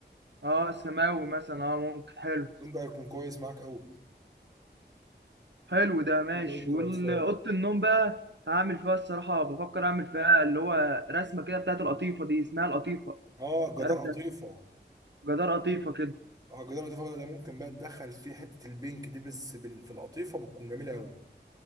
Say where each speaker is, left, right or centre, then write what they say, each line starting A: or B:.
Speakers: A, on the right; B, on the right.
A: اه سماوي مثلا اه ممكن حلو
B: اللون ده هيكون كويس معاك قوي
A: حلو ده ماشي
B: بالنسبة
A: والاوضه
B: للاطفال
A: النوم بقى هعمل فيها الصراحه بفكر اعمل فيها اللي هو رسمه كده بتاعت القطيفه دي اسمها القطيفه
B: اه الجدار
A: مش عارف ده
B: قطيفة
A: جدار قطيفه كده
B: اه الجدار قطيفة بقى ده ممكن بقى تدخل فيه حتة البينك دي بس بال- في القطيفة بتكون جميلة قوي